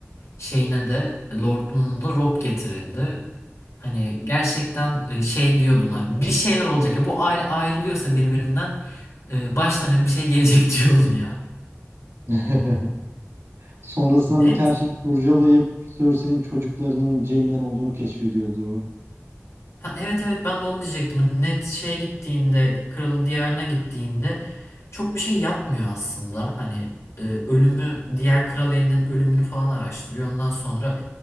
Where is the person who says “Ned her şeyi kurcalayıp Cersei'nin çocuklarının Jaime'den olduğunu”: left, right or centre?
Right